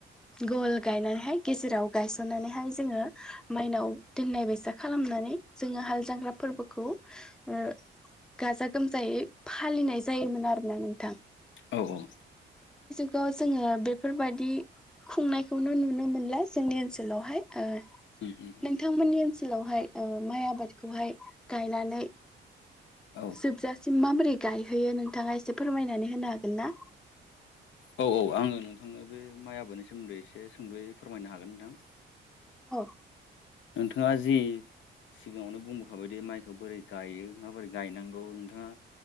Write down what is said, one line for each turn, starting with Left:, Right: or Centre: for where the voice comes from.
Centre: गल गायनानैहाय गेजेराव गायसननानैहाय जोङो माइनाव दोननाय बेसा खालामनानै नानै जोङो हाल जांग्रा फोरबोखौ ओ गाजा गोमजायै फालिनाय जायोमोन आरो ना नोंथां
Left: औ औ
Centre: खौ जोङो बेफोरबायदि खुंनायखौनो नुनो मोनला जोंनि ओनसोलावहाय ओ
Left: उम उम
Centre: नोंथांमोननि ओनसोलावहाय ओ माइ आबादखौहाय गायनानै
Left: औ
Centre: जोब जा सिम माबोरै गायहैयो नोंथाङा एसे फोरमायनानै होनो हागोन ना
Left: औ औ आङो नोंथांनो बे माइ आबादनि सोमोन्दै एसे सुंद'यै फोरमायनो हागोन नोंथां
Centre: औ
Left: नोंथाङा जि सिगाङावनो बुंबोखाबायदि माइखौ बोरै गायो माबोरै गायनांगौ नोंथाङा